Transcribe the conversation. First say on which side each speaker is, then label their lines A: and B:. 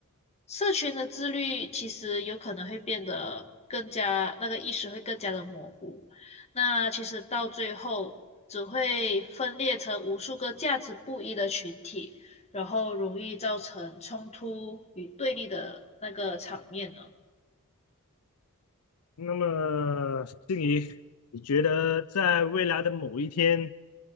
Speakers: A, on the left; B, on the left.
A: 社群的自律其实有可能会变得更加，那个意识会更加的模糊。那其实到最后只会分裂成无数个价值不一的群体，然后容易造成冲突与对立的那个场面呢？
B: 那么，静怡，你觉得在未来的某一天？